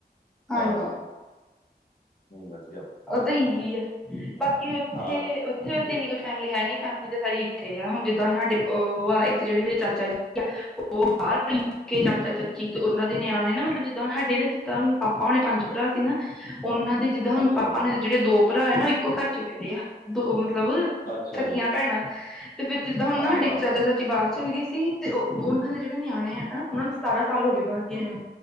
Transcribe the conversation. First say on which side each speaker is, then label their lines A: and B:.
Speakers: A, in the centre; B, on the left (about 55°).
A: ਹਾਂਜੀ
B: ਹਾਂ। ਹ <inaudible>
A: ਉਹ ਤਾਂ ਇਹੀ ਆ ਬਾਕੀ ਉੱਥੇ
B: ਹਾਂ
A: ਉੱਥੇ ਬਸ ਇੰਨੀ ਫੈਮਿਲੀ ਹੈ ਨੀਂ ਸਾਰੀ ਇੱਥੇ ਆ ਹੁਣ ਜਿੱਦਾਂ ਸਾਡੇ ਆ ਇੱਕ ਜਿਹੜੇ ਮੇਰੇ ਚਾਚਾ ਜੀ ਆ ਉਹ ਬਾਹਰ ਯੂਕੇ। ਚਾਚਾ ਚਾਚੀ ਤੇ ਉਹਨਾ ਦੇ ਨਿਆਣੇ ਨੇ ਨਾ ਮਤਲਬ ਜਿੱਦਾਂ ਸਾਡੇ ਨਾ ਜਿੱਦਾਂ ਪਾਪਾ ਉਨੇ ਪੰਜ ਭਰਾ ਸੀ ਨਾ ਉਹਨਾਂ ਦੇ ਜਿੱਦਾਂ ਹੁਣ
B: ਅੱਛਾ
A: ਪਾਪਾ
B: ਜੀ
A: ਨੇ ਜਿਹੜੇ ਦੋ ਭਰਾ ਆ ਨਾ ਉਹ ਇੱਕੋ ਘਰ ਚ ਵਿਆਹੇ ਆ। ਮਤਲਬ
B: ਅੱਛਾ
A: ਸਗੀਆਂ
B: ਜੀ
A: ਭੈਣਾਂ ਤੇ ਫੇਰ ਜਿੱਦਾਂ ਹੁਣ
B: ਹਾਂ
A: ਨਾ ਜਿੱਦਾਂ
B: ਹਾਂ ਹਾਂ
A: ਚਾਚਾ ਚਾਚੀ ਬਾਹਰ ਚਲੇ ਗਏ ਸੀ ਤੇ ਉਹਨਾਂ ਦੇ ਜਿਹੜੇ ਨਿਆਣੇ ਆ ਨਾ ਉਹਨਾਂ ਨੂੰ ਸਤਾਰਾਂ ਸਾਲ ਹੋ ਗਏ ਬਾਹਰ ਗਏ ਨੂੰ